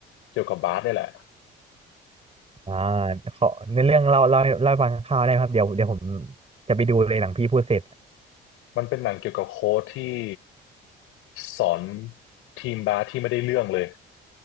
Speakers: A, on the left (about 85°); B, on the right (about 30°).
A: เกี่ยวกับบาสเนี่ยแหละ
B: อ่าขอในเรื่องเล่าเล่าให้เล่าให้ฟังคร่าวๆได้ไหมครับเดี๋ยวเดี๋ยวผมจะไปดูเลยหลังพี่พูดเสร็จ
A: มันเป็นหนังเกี่ยวกับโค้ชที่สอนทีมบาสที่ไม่ได้เรื่องเลย